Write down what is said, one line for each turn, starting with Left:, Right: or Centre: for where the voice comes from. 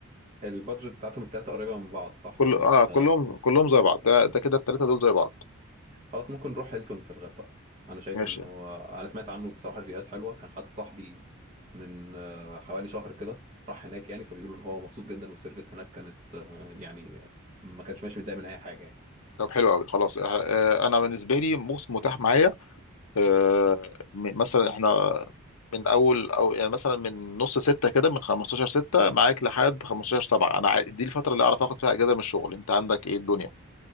Right: البادجت بتاعتهم التلاتة قريبة من بعض صح
Left: كل
Right: يعني
Left: اه
Right: مش
Left: كلهم
Right: ه...
Left: كلهم زي بعض ده ده كده الثلاثه دول زي بعض
Right: خلاص ممكن نروح هيلتون في الغردقة أنا شايف
Left: ماشي
Right: إنه أنا سمعت عنه بصراحة ريفيوهات حلوة كان حد صاحبي من آه، حوالي شهر كده راح هناك يعني فبيقولوا إن هو مبسوط جدا والسيرفيس هناك كانت آه، يعني آه، ما كانش ماشي متضايق من أي حاجة يعني
Left: طب حلو قوي خلاص آه، آه، انا بالنسبه لي موس متاح معايا آه، م- مثلا احنا من اول او يعني مثلا من نص ستة كده من 15 ستة معاك لحد 15 سبعة انا عا- دي الفتره اللي اعرف اخد فيها اجازه من الشغل انت عندك ايه الدنيا